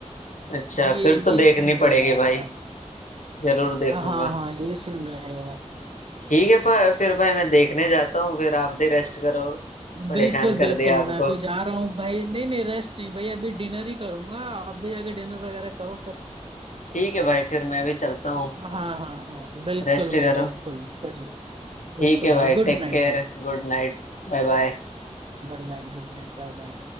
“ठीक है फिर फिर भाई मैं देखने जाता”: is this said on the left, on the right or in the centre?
Left